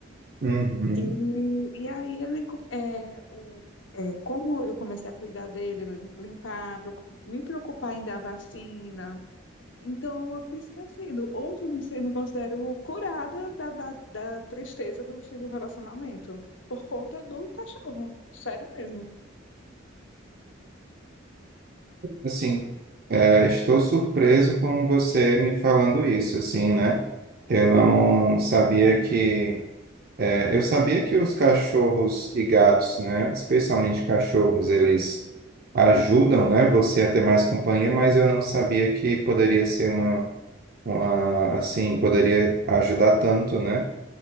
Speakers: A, on the right; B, on the left.
A: Uhum.
B: E, e aí, ele, com- é, o, é, como eu comecei a cuidar dele, lim- limpar, preocu- me preocupar em dar vacina. Então, eu fui esquecendo. Hoje, eu me, sei- me considero curada da, da, da tristeza do fim do relacionamento, por conta do cachorro. Sério mesmo.
A: Assim, é, estou surpreso com você me falando isso, assim, né? Eu não sabia que. é, eu sabia que os cachorros e gatos, né? Especialmente cachorros, eles ajudam, né? Você a ter mais companhia, mas eu não sabia que poderia ser uma, uma, assim, poderia ajudar tanto, né?